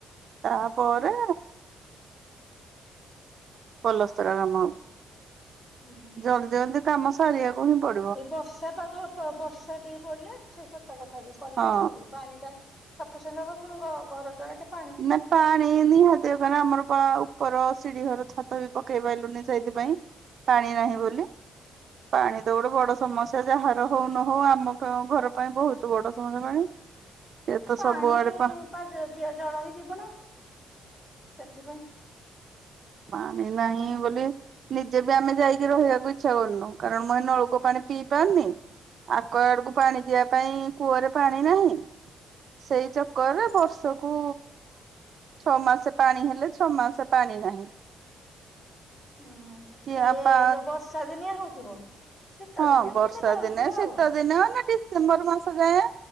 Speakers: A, on the right; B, on the left.
A: ତାପରେ ପଲସ୍ତରା କାମ ହବ,
B: ହୁଁ ହୁଁ
A: ଜଲଦି ଜଲଦି କାମ ସାରିବାକୁ ହିଁ ପଡି
B: ଏଇ ବର୍ଷା ପାଗ ବର୍ଷା ଟିକେ ପଡିଲେ, ସେ ସତ କଥା ବି କଲେ
A: ହଁ
B: ଠିକ୍ ଅଛି। ପାଣିଟା ସଫିସେଣ୍ଡ୍ ହବ, ପୁଣି ଘ ଘରଦ୍ଵାର କେ
A: ନା ପାଣି ନିହାତି କାରଣ ଆମର କଣ ଆଉ ଉପର ସିଢି ଘର ଛାତ ବି ପକେଇ ପାଇଲୁନି ସେଇଥିପାଇଁ, ପାଣି ନାହିଁ ବୋଲି। ପାଣି ତ ଗୋଟେ ବଡ ସମସ୍ୟା, ଯାହାର ହଉ ନ ହଉ ଆମ ଘର ପାଇଁ ବହୁତ ବଡ ସମସ୍ୟା ପାଣି। ସେ ତ
B: ପାଣି
A: ସବୁଆଡେ
B: ପା ଜଳ ହିଁ ଜୀବନ ସେଥିପାଇଁ।
A: ପାଣି ନାହିଁ ବୋଲି ନିଜେ ବି ଆମେ ଯାଇକି ରହିବାକୁ ଇଚ୍ଛା କରୁନୁ, କାରଣ ମୁଁ ଏ ନଳକୂଅ ପାଣି ପିଇ ପାରୁନି। ଆକ୍ୱାଗାର୍ଡକୁ ପାଣି ଯିବା ପାଇଁ କୂଅରେ ପାଣି ନାହିଁ। ସେଇ ଚକରରେ ବର୍ଷକୁ ଛଅ ମାସେ ପାଣି ହେଲେ ଛଅ ମାସ ପାଣି ନାହିଁ।
B: ଉୁଁ ହୁଁ
A: କି
B: ଇଏ
A: ଆପା
B: ଯୋଉ ବର୍ଷା ଦିନିଆ ହଉଥିବ। ଶୀତ
A: ହଁ
B: ଦିନିଆ ବି
A: ବର୍ଷା
B: ଟିକେ ଚଳୁଥିବ
A: ଦିନେ ଶୀତ
B: ଆଉ
A: ଦିନେ ଅନ୍ୟ ଦି ଡିସେମ୍ବର ମାସ ଯାଏଁ